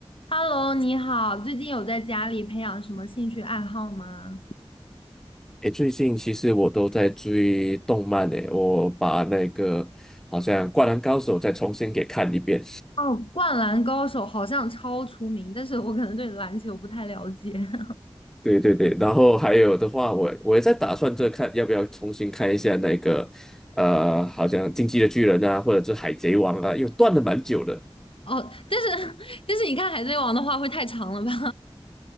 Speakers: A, on the left; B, in the centre.
A: Hello，你好，最近有在家里培养什么兴趣爱好吗？
B: 诶，最近其实我都在追动漫诶，我把那个好像《灌篮高手》再重新给看一遍。
A: 哦，《灌篮高手》好像超出名，但是我可能对篮球不太了解。<laughs>
B: 对对对，然后还有的话，我我也在打算这看要不要重新看一下那个呃，好像《进击的巨人》啊，或者是《海贼王》啊，又断了蛮久的，
A: 哦，但是 <laughs> 但是你看《海贼王》的话会太长了吧？